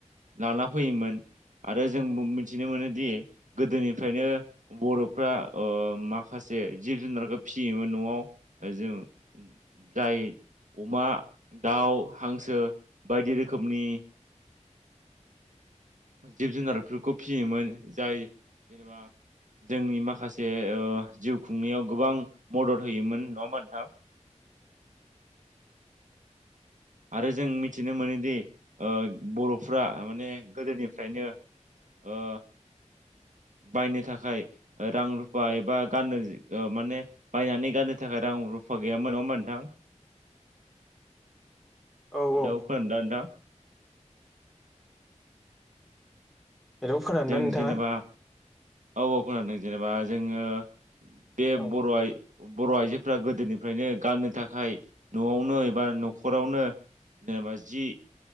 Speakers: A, on the right; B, in the centre.
A: लाना फैयोमोन। आरो जों मिथिनो मोनोदि गोदोनिफ्रायनो बर'फ्रा ओ माखास से जिब जुनारखो फिसियोमोन न'आव ओ जोङो जाय अमा, दाउ, हांसो बायदि रोखोमनि जिब जुनारफोरखौ फिसियोमोन जाय जेनेबा जोंनि माखासे ओ जिउ खुंनायाव गोबां मदद होयोमोन नङा होनबा नोंथां। आरो जों मिथिनो मोनोदि ओ बर'फ्रा माने गोदोनिफ्रायनो ओ बायनो थाखाय रां रुफा एबा गाननो ओ माने बायनानै गाननो थाखाय रां रु फा गैयामोन नङा होनबा नोंथां।
B: औ
A: हेल'
B: औ
A: खोनादों दा नोंथां
B: हेलौ खोनादों
A: जों
B: ना नोंथाङा?
A: जेनेबा औ औ खोनादों जेनेबा जोङो बे
B: औ
A: बर' आइ बर' आइजोफोरा गोदोनिफ्रायनो गाननो थाखाय न'आवनो एबा न'खरावनो जेनेबा जि